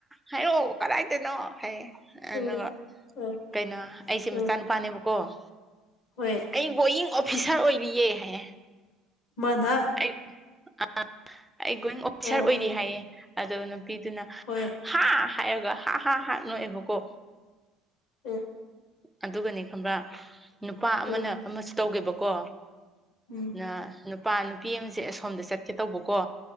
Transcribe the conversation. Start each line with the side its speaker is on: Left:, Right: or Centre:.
Centre: ꯍꯥꯏꯔꯛ ꯑꯣ ꯀꯗꯥꯏꯗꯅꯣ ꯍꯥꯏꯌꯦ ꯑꯗꯨꯒ
Left: ꯎꯝ ꯎꯝ
Centre: ꯀꯩꯅꯣ ꯑꯩꯁꯦ
Left: ꯎꯝ
Centre: ꯃꯆꯥ ꯅꯨꯨꯄꯥꯅꯦꯕꯀꯣ
Left: ꯍꯣꯏ
Centre: ꯑꯩ ꯒꯣꯌꯤꯡ ꯑꯣꯐꯤꯁꯥꯔ ꯑꯣꯏꯔꯤꯌꯦ ꯍꯥꯏꯌꯦ
Left: ꯃꯥꯅ
Centre: ꯑꯩ ꯑ ꯑꯩ ꯒꯣꯌꯤꯡ ꯑꯣꯐꯤꯁꯥꯔ
Left: ꯑꯥ
Centre: ꯑꯣꯏꯔꯤ
Left: ꯑꯥ
Centre: ꯍꯥꯏꯌꯦ ꯑꯗꯣ ꯅꯨꯄꯤꯗꯨꯅ
Left: ꯍꯣꯏ
Centre: ꯍꯥ ꯍꯥꯏꯔꯒ ꯍꯥ ꯍꯥ ꯅꯣꯛꯑꯦꯕꯀꯣ
Left: ꯎꯝ
Centre: ꯑꯗꯨꯒꯅꯦ ꯈꯝꯕ꯭ꯔꯥ ꯅꯨꯄꯥ ꯑꯃꯅ
Left: ꯎꯝ
Centre: ꯑꯃꯁꯨ ꯇꯧꯒꯦꯕꯀꯣ
Left: ꯎꯝ
Centre: ꯅ ꯅꯨꯄꯥ ꯅꯨꯄꯤ ꯑꯃꯁꯦ ꯑꯁꯣꯝꯗ ꯆꯠꯀꯦ ꯇꯧꯕꯀꯣ